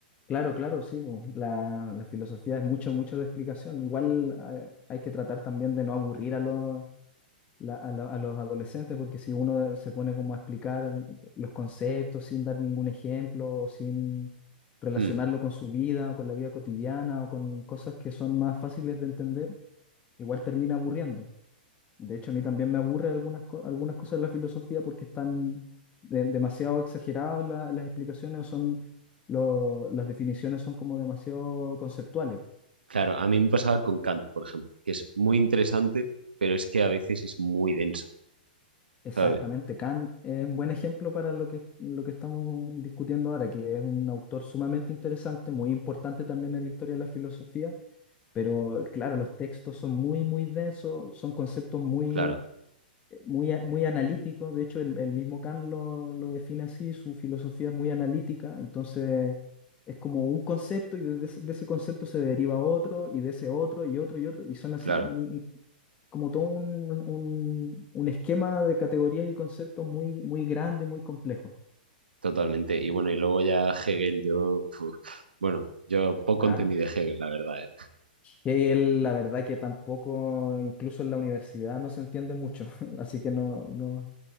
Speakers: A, on the left (about 25°); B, on the right (about 80°).
A: Claro, claro, sí, bo, La, la filosofía es mucho, mucho de explicación. Igual hay, hay que tratar también de no aburrir a los, la- a, la- a los adolescentes, porque si uno se pone como a explicar los conceptos sin dar ningún ejemplo, o sin relacionarlo
B: que, hmm.
A: con su vida o con la vida cotidiana o con cosas que son más fáciles de entender, igual termina aburriendo. De hecho, a mí también me aburre algunas, co- algunas cosas de la filosofía porque están de- demasiado exageradas la- las explicaciones o son... lo- las definiciones son como demasiado conceptuales.
B: Claro, a mí me pasaba con Kant, por ejemplo, que es muy interesante, pero es que a veces es muy denso,
A: Exactamente,
B: ¿sabes?
A: Kant es un buen ejemplo para lo que, lo que estamos discutiendo ahora, que es un autor sumamente interesante, muy importante también en la historia de la filosofía, pero claro, los textos son muy, muy densos, son conceptos muy,
B: Claro,
A: muy, a- muy analítico, de hecho el, el mismo Kant lo, lo define así, su filosofía es muy analítica, entonces es como un concepto y desde ese- de ese concepto se deriva otro y de ese otro y otro y otro y son así
B: claro,
A: como, un- un- como todo un, un- un esquema de categorías y conceptos muy, muy grande, muy complejo.
B: totalmente. Y bueno, y luego ya Hegel, yo, fu, bueno, yo poco
A: Ah,
B: entendí de Hegel, la verdad, ¿eh?
A: Hegel, la verdad que tampoco, incluso en la universidad no se entiende mucho, <laughs> así que no, no,